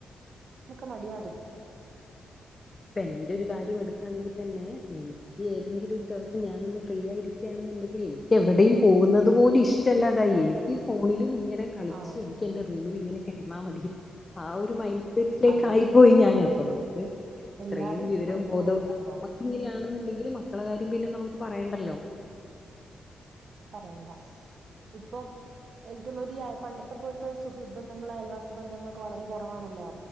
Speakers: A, on the right; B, on the left.
A: അതൊക്കെമടിയ
B: ഇപ്പൊ എന്റെ ഒരു കാര്യ എടുക്ക ആണെങ്കിൽ തന്നെ അതയ്‌നി നി ഏതെങ്കിലും ഒരു ദിവസം ഞാനൊന്ന് ഫ്രീ ആയിരിക്കുകയാണെന്നുണ്ടെങ്കിൽ എനിക്ക് എവിടെയും പോകുന്നത് പോലുംഇഷ്ടമല്ലാതായി എനി ഈ ഫോണിലും ഇങ്ങനെ കളിച്ച്
A: ആഹ്
B: ഇരികണ്ടെ റൂമിൽ ഇങ്ങനെ എന്നാ മതി ആ ഒരു മൈൻഡ് വീട്ടിലേക്ക
A: അതെ
B: ആയി
A: അതെ
B: പോയി ഞാൻ അപ്പുറംനമുക്ക് ഇത്രയും
A: എല്ലാരും
B: വിവരവും
A: അങ്ങനെയാണല്ലോ
B: ബോധവുംഉളള
A: ഇപ്പൊ
B: നമുക്ക് ഇങ്ങനെയാണെന്നുണ്ടെങ്കിലിൽ മക്കളെ കാര്യം പിന്നെ നമുക്ക് പറയണ്ടല്ലോ
A: പറയണ്ട ഇപ്പൊം എനിക്കന്ന പണ്ടത്തെ പോലത്തെ സുഹൃബന്ധങ്ങള അയൽവാസി ബന്ധങ്ങളൊക്കെ വളരെ കുറവാണല്ലോ